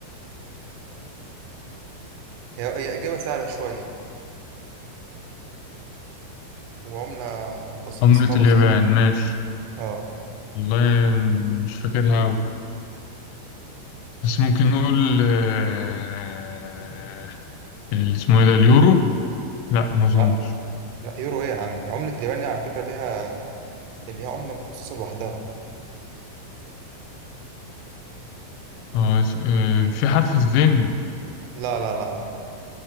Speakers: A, on the right; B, on the left.
A: هي هي إجابة سهلة شوية وعملة بسيط
B: عملة
A: اسمها بسيط
B: اليابان
A: يعني
B: ماشي
A: اه
B: والله مش فاكرها أوي بس ممكن نقول آه، اللي اسمه ايه ده اليورو لا ما
A: لا
B: اظنش
A: لا يورو ايه يا عم عملة اليابان دي على فكرة ليها ليها عملة مخصصة لوحدها
B: آه، اس- آه، في حرف الزين
A: لا لا لا لا